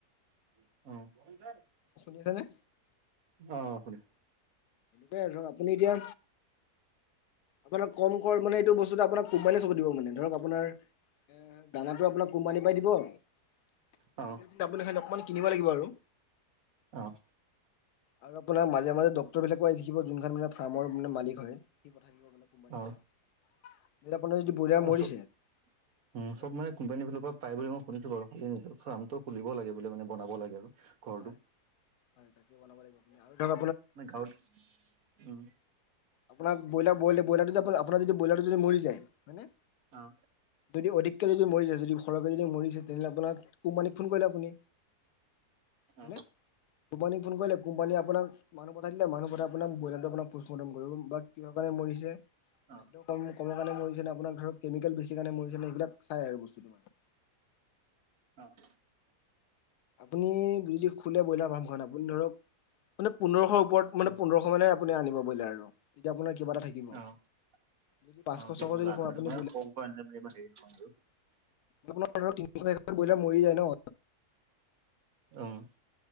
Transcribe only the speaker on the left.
শুনিছেনে?
দে ৰ, আপুনি এতিয়া আপোনাৰ কম কৰ মানে এইটো বস্তু আপোনাক কোম্পেনিয়ে চকু দিব। মানে ধৰক আপোনাৰ এ দানাটো আপোনাক কোম্পানীৰ পাৰাই দিব
আপোনাৰ অকমান কিনিব লাগিব আৰু।
আৰু আপোনাৰ মাজে মাজে ডক্তৰ বিলাকো আহি থাকিব, যোনখন মানে ফাৰ্মৰ মানে মালিক হয়। এতিয়া
আপোনাৰ যদি ব্ৰইলাৰ
মৰিছে
হেল্ল'
হয় হয় তাকে বনাব লাগিব আপুনি আৰু ধৰক
আপোনাৰ ব্ৰইলাৰ ব্ৰইলাৰ ব্ৰইলাৰ আপোনাৰ ব্ৰইলাৰতো মৰি যায়। হয়নে
যদি অধিককে যদি মৰি যদি সৰহকে যদি মৰিছে তেনেহলে আপোনাক কোম্পীক ফোন কৰিলে আপুনি হয়নে
কোম্পানীক ফোন কৰিলে কোম্পানীয়ে আপোনাক মানহ পঠাই দিলে, মানুহ পঠাই আপোনাক ব্ৰইলাৰটো আপোন বা কিয় মৰিছে
কিহ'ৰ কাৰণে মৰিছে ন আপোনাৰ কেমিকেল ণে মৰিছেেন এইবিলাক চাই আৰু বস্তুটো মানে।
আপুনি <unintelligible> খোলে ব্ৰইলাৰ ফাৰ্মখন আপুনি ধৰক মানে, পোন্ধৰশৰ ওপৰত
মানে, পোন্ধৰশ মানে আপুনি আনিব ব্ৰইলা আৰু এতিয়া আপোনাক। কিবা এটা থাকিব।
যদি পাঁচশ ছশ যদি কয় আপুনি আপুনা তিনি চাৰিটা ব্ৰইলাৰ মৰি ন।